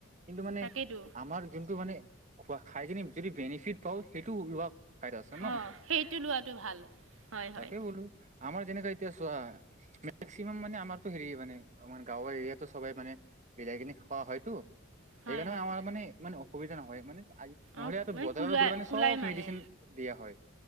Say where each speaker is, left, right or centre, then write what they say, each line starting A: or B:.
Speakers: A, on the right; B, on the right.
A: কিন্তু মানে
B: তাকেইতো
A: আমাৰ যোনটো মানে খোৱা খাই য যদি বেনিফিট পাওঁ সেইটো ওলোৱা ফাইদা আছে ন।
B: অঁ সেইটো লোৱাটো ভাল হয় হয়
A: তাকেই বোলো আমাৰ যেনেকেএতিয়া চোৱা। মেক্সিমাম মানে আমাৰতো হেৰি মানে আমাৰ গাঁৱৰ এৰিয়াতো ছবেই মানে মিলাই কিনে খোৱা হয়টো।
B: হয়
A: সেইকাৰণেও
B: হয়
A: আমাৰ মানে মানে অসুবিধা নহয় মানে। আজি নহলে
B: অঁ মানে
A: বজাৰত
B: কুলাই
A: গ'লে মানে
B: কুলাই
A: চব
B: মানে
A: মেডিচিন দিয়া হয়।